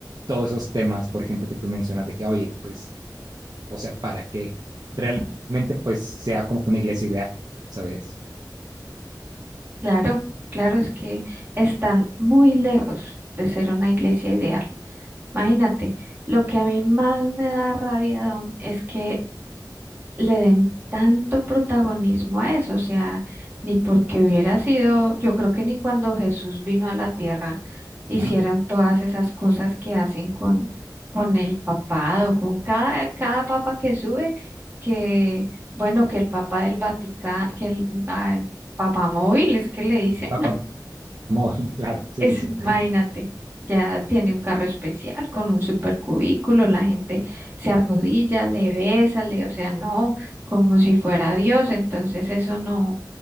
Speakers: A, on the right (about 60°); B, on the right (about 30°).
A: todos esos temas, por ejemplo, que tú mencionas de que, oye, pues, o sea, para que realmente pues sea como que una iglesia ideal, ¿sabes?
B: Claro, claro, es que están muy lejos de ser una iglesia ideal. Imagínate, lo que a mí más me da rabia, Dom, es que le den tanto protagonismo a eso, o sea, ni porque hubiera sido, yo creo que ni cuando Jesús vino a la tierra hicieron
A: Ajá.
B: todas esas cosas que hacen con, con el papado, con cada, cada papa que sube, que, bueno, que el papa del Vaticano, que el, ah, el papa móvil, es que le dicen
A: Papa <laughs> móvil, claro, sí,
B: es,
A: sí, sí.
B: imagínate,
A: Ajá.
B: ya tiene un carro especial con un supercubículo, la gente se arrodilla, le besa, le, o sea, no, como si fuera Dios, entonces eso no.